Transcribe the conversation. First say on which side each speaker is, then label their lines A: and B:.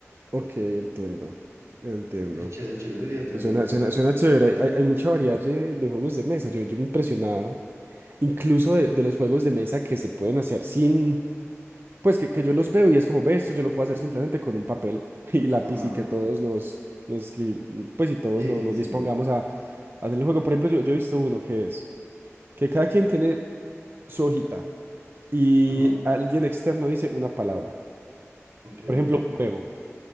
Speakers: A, on the right (about 45°); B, on the right (about 80°).
A: ok, entiendo, entiendo.
B: Es chévere, es chévere, muy divertido,
A: Suena,
B: te lo recomiendo.
A: suena, suena chévere, hay, hay mucha variedad de, de juegos de mesa, yo, yo me he impresionado incluso de, de los juegos de mesa que se pueden hacer sin, pues que, que yo los veo y es como, ve, esto yo lo puedo hacer simplemente con un papel <laughs> y lápiz
B: Ajá.
A: y que todos nos, nos escribimos, pues y todos
B: Sí,
A: nos,
B: sí,
A: nos
B: sí.
A: dispongamos a, a hacer el juego. Por ejemplo, yo, yo he visto uno que es, que cada quien tiene su hojita. y
B: Ajá.
A: alguien externo dice una palabra.
B: Ok.
A: Por ejemplo, huevo.